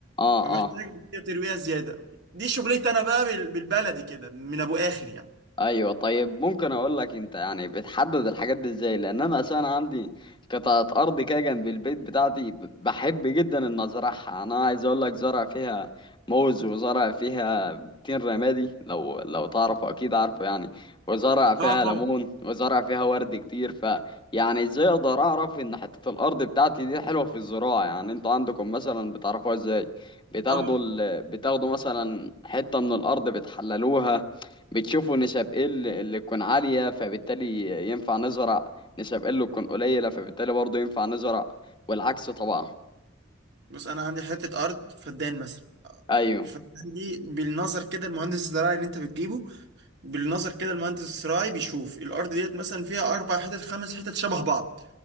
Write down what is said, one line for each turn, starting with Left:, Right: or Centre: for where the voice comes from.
Left: اه
Right: فمحتاج
Left: اه
Right: فيها ترويها زياده دي شغلتي انا بقى بال- بالبلدي كده من ابو اخر يعني
Left: ايوه طيب ممكن اقول لك انت يعني بتحدد الحاجات دي ازاي لان انا اساسا عندي قطعه ارض كده جنب البيت بتاعتي ب- بحب جدا ان ازرعها انا عايز اقول لك زرع فيها موز وزرع فيها تين رمادي لو لو تعرفه اكيد عارفه يعني وزرع فيها
Right: اه طبعا
Left: ليمون وزرع فيها ورد كتير ف يعني ازاي اقدر اعرف ان حته الارض بتاعتي دي حلوه في الزراعه يعني انتوا عندكم مثلا بتعرفوها ازاي بتاخدوا
Right: أم
Left: ال... بتاخدوا مثلا حته من الارض بتحللوها بتشوفوا نسب ايه اللي اللي تكون عالية فبالتالي ينفع نزرع نسب ايه اللي تكون قليلة فبالتالي برضه ينفع نزرع والعكس طبعا
Right: بس انا عندي حته ارض فدان مثلا
Left: ايوه
Right: الفدان دي بالنظر كده المهندس الزراعي اللي انت بتجيبه بالنظر كده المهندس الزراعي بيشوف الارض ديت مثلا فيها اربع حتت خمس حتت شبه بعض